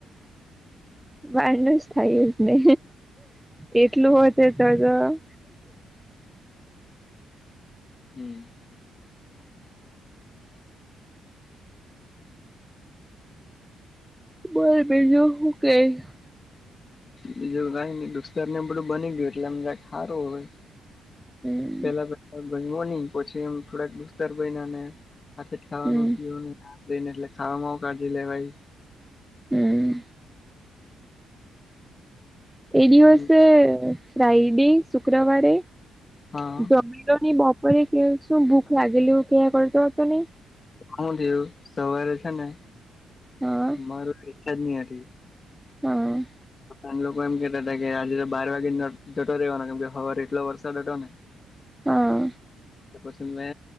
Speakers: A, in the centre; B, on the left (about 35°).
A: વાાર ન જ થાય એ જ ને એટલું હોત- તેટ તો-
B: હમ <inaudible>
A: બોલ બજ કે <unintelligible>
B: બીજું કઈ ન દુસ્તાર ને બધું બની ગયું એટલે એમ જ સારું હોય-
A: હમ
B: પેલા
A: <inaudible>
B: પ ગ હો નહી પછી એમ થોડાક દુસ્તાર ભય ને- સાથે જ ખાવાનું
A: હમ
B: થયું નેને એટલે ખાવામાં આવ કાઢઢી લે ભાઈ-
A: હમ એ દિવસે
B: મને
A: રાઈડી શુક્રવારે
B: હા
A: જમીલોની બ- કે શું ભૂખ લાગલું કે કરતો તો નહી-
B: શું થયું સવારે છે ને
A: હા
B: માર ઈચછા જ નહ હતી-
A: હા
B: મ લોકો એમ કેતા હતા કે આજે તો બાર વાગે જટો રહેવાનો કેમ હવા એટલો વરસાદટો ને-
A: હા
B: બસ- મે